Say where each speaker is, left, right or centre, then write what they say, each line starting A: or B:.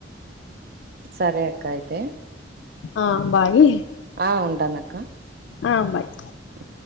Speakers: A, on the right (about 55°); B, on the left (about 80°).
A: సరే అక్క అయితే
B: ఆ బాయ్
A: ఆ ఉంటాను అక్క
B: ఆ బాయ్
A: అ